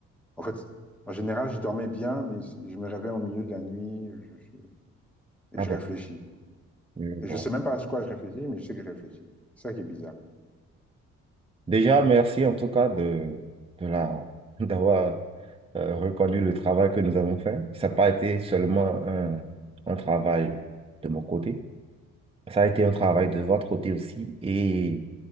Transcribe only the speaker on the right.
Ah
bon,
je
vois.
Déjà, merci en tout cas de, de la, <laughs> d'avoir euh, reconnu le travail que nous avons fait. Ça n'a pas été seulement un, un travail de mon côté, ça a été un travail de votre côté aussi. Et